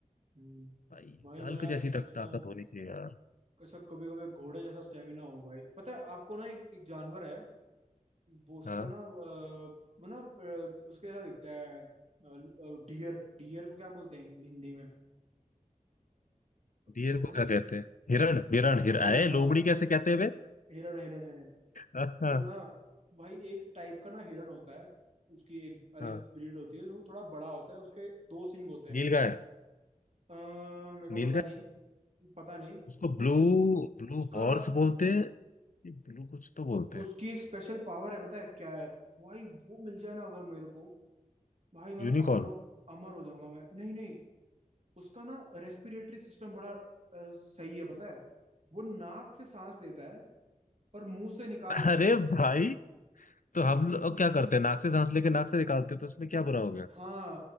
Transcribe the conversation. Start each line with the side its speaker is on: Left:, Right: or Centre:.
Right: हम्म।
Left: भाई
Right: भाई
Left: हल्क
Right: मैं
Left: जैसी
Right: तो सोचता
Left: तक ताकत
Right: हूँ
Left: होनी चाहिए यार
Right: कैसा कभी कभी घोड़े जैसा स्टेमिना हो भाई पता है आपको ना एक, एक जानवर है वो उसको
Left: हाँ
Right: ना अ, वो ना अ, उसके जैसा दिखता है डियर डियर को क्या बोलते हैं हिंदी में अ,
Left: डियर
Right: लोमड़ी
Left: को क्या कहते हैं हिरण हिरण हिर
Right: हिरण
Left: आए
Right: हाँ
Left: लोमड़ी कैसे
Right: हिरण
Left: कहते हैं वे
Right: हिरण हिरण हिरण
Left: <laughs> हाँ हाँ
Right: तो ना भाई एक टाइप का ना हिरण होता है उसकी एक अलग
Left: हाँ।
Right: ब्रीड होती है वो थोड़ा बड़ा होता है उसके दो सींग होते
Left: नीलगाय
Right: हैं अ, मेरे को
Left: नीलगाय
Right: पता नहीं पता नहीं
Left: उसको
Right: पर
Left: ब्लू
Right: उस
Left: ब्लू
Right: उसका
Left: हॉर्स बोलते हैं ब्लू कुछ तो बोलते
Right: उसकी
Left: हैं
Right: एक स्पेशल पावर है पता है क्या है भाई वो मिल जाए ना अगर मेरे को भाई मतलब
Left: यूनिकॉर्न
Right: अमर हो अमर हो जाऊंगा मैं नहीं नहीं उसका ना रेस्पिरेटरी सिस्टम बड़ा अ, सही है पता है वो नाक से सांस लेता है और मुंह से निकाल देता
Left: अरे
Right: है
Left: भाई तो हम लोग क्या करते हैं नाक से सांस लेके नाक से निकालते हैं तो उसमें क्या बुरा हो गया
Right: हाँ